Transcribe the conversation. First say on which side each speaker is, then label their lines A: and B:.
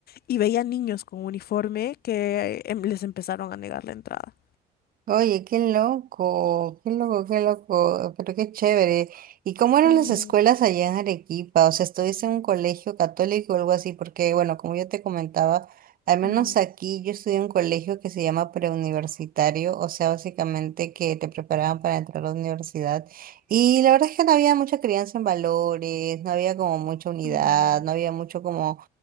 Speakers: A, on the left (about 65°); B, on the right (about 55°).
A: y veía niños con uniforme que em, les empezaron a negar la entrada.
B: Oye, qué loco, qué loco, qué loco, pero qué chévere. ¿Y cómo eran
A: Ujú,
B: las escuelas allá en Arequipa? O sea, ¿estuviste en un colegio católico o algo así? Porque, bueno, como yo te comentaba, al menos
A: ujú,
B: aquí yo estudié en un colegio que se llama preuniversitario, o sea, básicamente que te preparaban para entrar a la universidad. Y la verdad es que no había mucha crianza en valores, no había como mucha unidad,
A: ujú.
B: no había mucho como